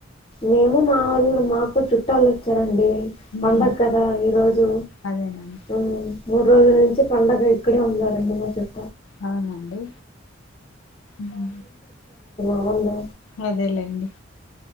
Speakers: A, on the left (about 30°); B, on the left (about 70°).
A: మేము మా వొళ్ళు మాకు చుట్టాలు వచ్చారండి.
B: హ్మ్
A: పండగ కదా ఈరోజు
B: అదేనండి
A: ఉహు మూడు రోజుల నుంచి పండగ ఇక్కడే ఉన్నారండి. మా చుట్
B: అవునండి ము
A: అవండు
B: అదేలేండి